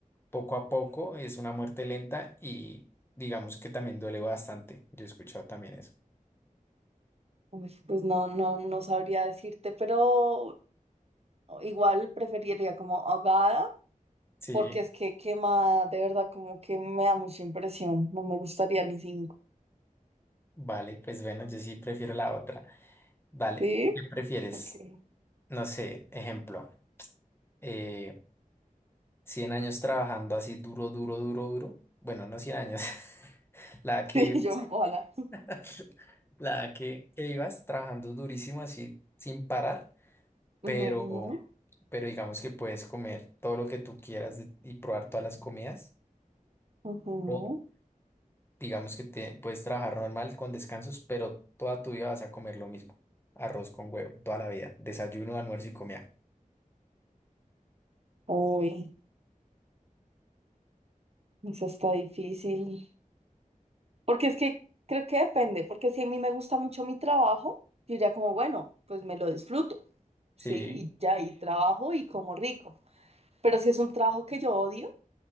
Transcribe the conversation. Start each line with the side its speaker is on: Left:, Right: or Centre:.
Left: poco a poco es una muerte lenta y digamos que también duele bastante. Yo he escuchado también eso.
Right: Uy, pues no, no, no sabría decirte, pero igual preferiría como ahogada,
Left: Sí,
Right: porque es que quema de verdad, como que me da mucha impresión. No me gustaría ni cinco.
Left: vale, pues bueno, yo sí prefiero la otra. Vale,
Right: ¿Sí?
Left: ¿qué prefieres?
Right: Ok. <laughs>
Left: No sé, ejemplo. eh, 100 años trabajando así duro, duro, duro, duro. Bueno, no 100 años. <laughs> La que
Right: Sí,
Left: ibas,
Right: yo ojalá.
Left: <laughs> la que, que ibas trabajando durísimo así sin parar, pero,
Right: Ujú,
Left: pero digamos que puedes comer todo lo que tú quieras de- y probar todas las comidas.
Right: ujú.
Left: O digamos que te puedes trabajar normal con descansos, pero toda tu vida vas a comer lo mismo. Arroz con huevo, toda la vida. Desayuno, almuerzo y comida.
Right: Uy, eso está difícil. Porque es que creo que depende, porque si a mí me gusta mucho mi trabajo, yo diría como, bueno, pues me lo disfruto, sí,
Left: Sí,
Right: y ya, y trabajo y como rico. Pero si es un trabajo que yo odio,